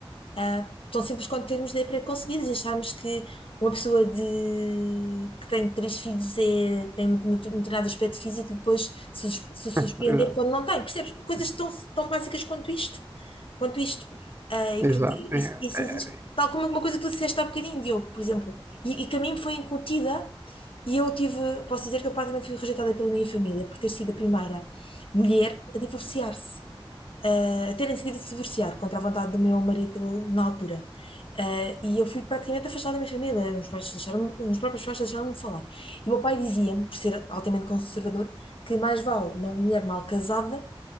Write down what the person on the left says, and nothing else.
ah, tão simples quanto termos de pré-concebidos, e acharmos que uma pessoa de, que tem três filhos é, tem um determinado aspecto físico e depois se, sus- se surpreender
quando não tem. Percebes? Coisas tão, tão básicas quanto isto. Quanto isto. Ah, e,
portanto,
isso, isso
existe. Tal como uma coisa que tu disseste há bocadinho, Diogo, por exemplo, e, e que a mim foi incutida, e eu tive, posso dizer que eu praticamente fui rejeitada pela minha família por ter sido a primeira mulher a divorciar-se eh, a terem decidido se divorciar contra a vontade do meu marido na altura. Ah, e eu fui praticamente afastada da minha família, os pais deixaram, os meus próprios pais deixaram de falar. E o meu pai dizia-me, por ser altamente conservador, que mais vale uma mulher mal casada